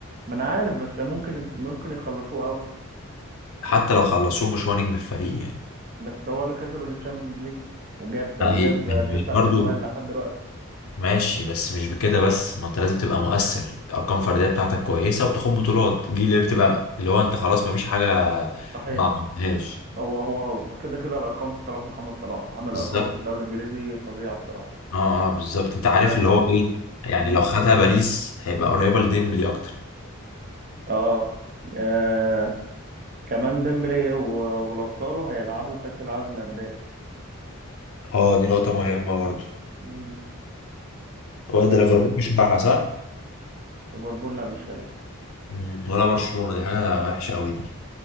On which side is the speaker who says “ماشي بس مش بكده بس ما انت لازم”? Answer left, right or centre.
Left